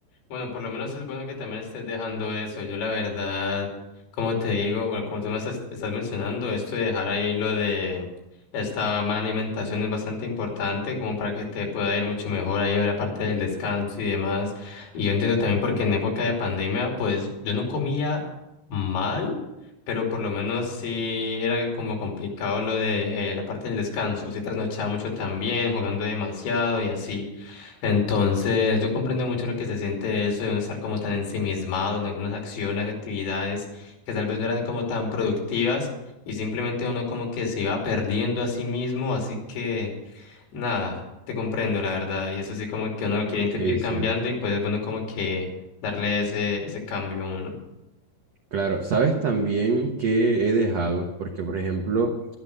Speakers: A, on the left; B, on the right.
A: Bueno, por lo menos es bueno que también estés dejando eso. Yo la verdad, como te digo, bueno, como tú me estás, estás mencionando, esto de dejar ahí lo de esta mala alimentación es bastante importante como para que te pueda ir mucho mejor ahí a la parte del descanso y demás. Y yo entiendo también porque en época de pandemia, pues yo no comía mal, pero por lo menos sí era como complicado lo de eh, la parte del descanso. Sí trasnochaba mucho también, jugando demasiado y así. Entonces, yo comprendo mucho lo que se siente eso de uno estar como tan ensimismado en algunas acciones, actividades que tal vez no eran como tan productivas y simplemente uno como que se iba perdiendo a sí mismo, así que nada, te comprendo la verdad y eso sí como que uno lo quiere inter-
B: Sí,
A: ir cambiando
B: sí.
A: y pues es bueno como que darle ese, ese cambio a uno.
B: Claro, sabes también que he dejado, porque por ejemplo,